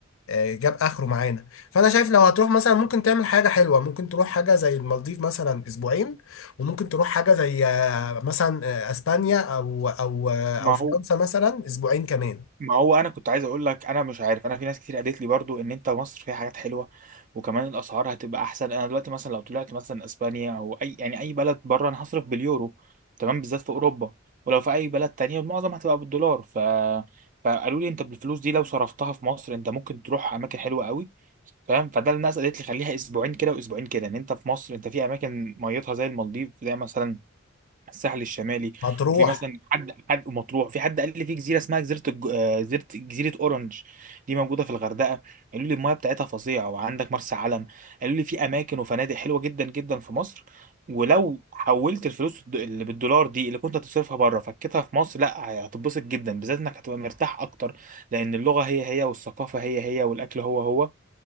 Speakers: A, on the left; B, on the right.
A: آه، جاب اخره معانا فانا شايف لو هتروح مثلا ممكن تعمل حاجه حلوه ممكن تروح حاجه زي المالديف مثلا اسبوعين وممكن تروح حاجه زي آه، مثلا آه، اسبانيا او او آه، او
B: ما
A: فرنسا
B: هو
A: مثلا اسبوعين كمان
B: ما هو انا كنت عايز اقول لك انا مش عارف انا في ناس كتير قالت لي برضو ان انت مصر فيها حاجات حلوه وكمان الاسعار هتبقى احسن انا دلوقتي مثلا لو طلعت مثلا اسبانيا او اي يعني اي بلد بره انا هصرف باليورو تمام بالذات في اوروبا ولو في اي بلد تانية المعظم هتبقى بالدولار ف فقالوا لي انت بالفلوس دي لو صرفتها في مصر انت ممكن تروح اماكن حلوه قوي فاهم فده الناس قالت لي خليها اسبوعين كده واسبوعين كده ان انت في مصر انت في اماكن ميتها زي المالديف زي مثلا الساحل الشمالي
A: هتروح
B: وفي مثلا حد حد مطروح في حد قال لي في جزيره اسمها جزيره الج- آه، جزيره جزيره اورنج دي موجوده في الغردقه قالوا لي المايه بتاعتها فظيعه وعندك مرسى علم قالوا لي في اماكن وفنادق حلوه جدا جدا في مصر ولو حولت الفلوس الد- اللي بالدولار دي اللي كنت هتصرفها بره فكتها في مصر لا هتتبسط جدا بالذات انك هتبقى مرتاح اكتر لان اللغه هي هي والثقافه هي هي والاكل هو هو